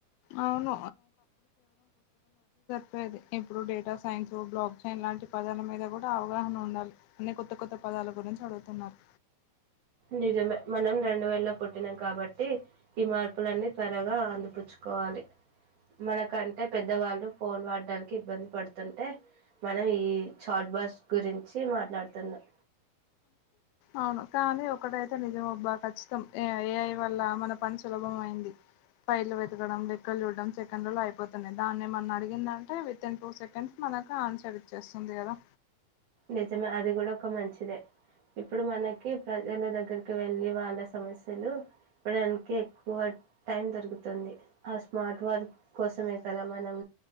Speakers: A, on the left; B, on the right.
A: అవును ది ఇప్పుడు డేటా సైన్స్ బ్లాక్ సైన్ లాంటి పదాల మీద కూడా అవగాహన ఉండాలి అన్ని కొత్త కొత్త పదాల గురించి అడుగుతున్నారు
B: నిజమే మనం రెండు వేల్లో పుట్టినాం కాబట్టి ఈ మార్పులన్నీ త్వరగా అందిపుచ్చుకోవాలి మనకంటే పెద్దవాళ్ళు ఫోన్ వాడడానికి ఇబ్బంది పడుతుంటే మనం ఈ చాట్ బాస్ గురించి మాట్లాడుతున్నాం
A: అవును కానీ ఒకటైతే నిజమబ్బా కఖచ్చితం ఏ ఏఐ వల్ల మన పని సులభం అయింది పైల వెతకడం <unintelligible> అయిపోతుయి దా అడిగిందంటే వితిన్ టూ సెకండ్స్ మనకు ఆన్సర్ ఇచ్చేస్తుంది కదా
B: నిజమే అది కూడా ఒక మంచి ఇప్పుడు మనకి ప్రజల దగ్గర దగ్గరికి వెళ్ళి వాళ్ళ సమస్యలు ఇవ్వడానికి ఎక్కువ టైం దొరుకుతుంది ఆ స్మార్ట్ వర్క్ కోసమే కదా మనం